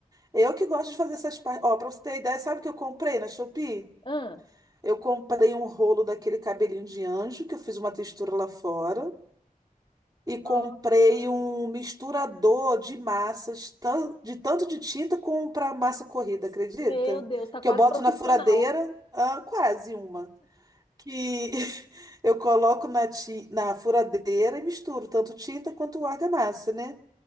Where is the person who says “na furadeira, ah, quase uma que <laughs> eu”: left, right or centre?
Right